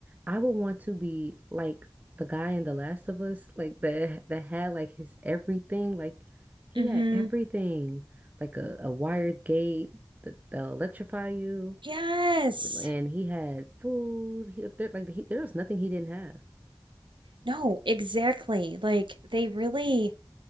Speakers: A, on the right (about 20°); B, on the right (about 85°).
A: I would want to be like the guy in The Last of Us, like that that had like his everything. Like, he
B: hmm
A: had everything, like a, a wired gate that, that'll electrify you,
B: yes
A: and he had food. He, there, like, he, there was nothing he didn't have.
B: no exactly like they really